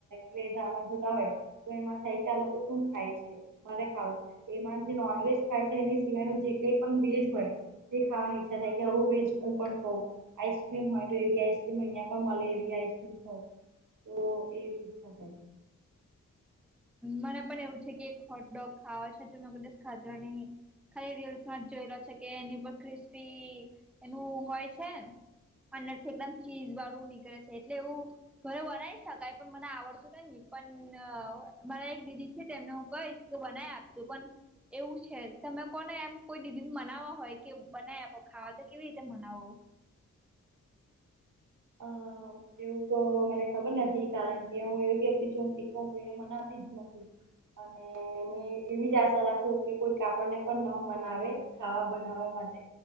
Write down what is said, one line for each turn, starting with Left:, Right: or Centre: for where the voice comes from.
Right: કે એમાં જોતા હોય તો એમાં થાય કે આ લોકો શું ખાય છે? મારે ખાવું એમાં જે નોન વેજ ખાય છે એની સિવાયનું જે કઈ પણ વેજ હોય એ ખાવાની ઈચ્છા થાય કે આવુ વેજ હું પણ ખઉં. આઈસક્રીમ હોય તો એવી આઈસ્ક્રીમ અહિયાં પણ મળે એવી આઈસક્રીમ હોય. તો એવી ઇચ્છા છે.
Centre: હા મને પણ એવુ છે કે એક હોટડોગ ખાવા છે જે મે કોઈ દિવસ ખાધો નહી. ખાલી રીલ્સમાં જ જોયલો છે કે નિ ક્રિસ્પી એનું હોય છે અંદરથી એકદમ ચીઝ વાળુ નીકળે છે એટલે એવું ઘરે બનાવી શકાય પણ મને આવડતું નહી પણ મારા એક દીદી છે તેમને હું કહીશ કે બનાવી આપજો પણ એવું છે તમે કોને એમ કોઈ દીદી ને મનાવવા હોય કે બનાવી આપો ખાવા તો કેવી રીતે મનાવો?
Right: આ એવું તો મને ખબર નથી કારણ કે હું એવી વ્યક્તિ છુ કે શીખવા માટે કોઈને મનાતી જ નથી. અને મે એવી જ આશા રાખુ કે કોઈક આપડને પણ ન મનાવે ખાવા બનાવવા માટે